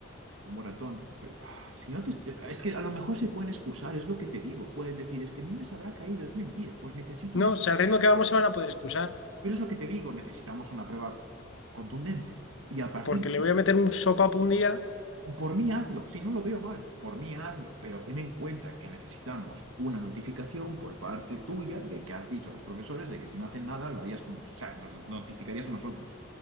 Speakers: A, on the right (about 80°); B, on the left (about 75°).
A: Un moratón Pero, ah, si no te est- es que a lo mejor se pueden excusar, es lo que te digo. Pueden decir, es que el niño se habrá caído, es mentira. Pues necesito una.
B: No, o sea, el ritmo que vamos se van a poder excusar,
A: Pero es lo que te digo, necesitamos una prueba contundente. Y a partir
B: porque le
A: de...
B: voy a meter un sopapo un día,
A: Por mí hazlo, si no lo veo mal, por mí hazlo. Pero ten en cuenta que necesitamos una notificación por parte tuya de que has dicho a los profesores de que si no hacen nada, lo harías con... nos- O sea, nos notificarías a nosotros.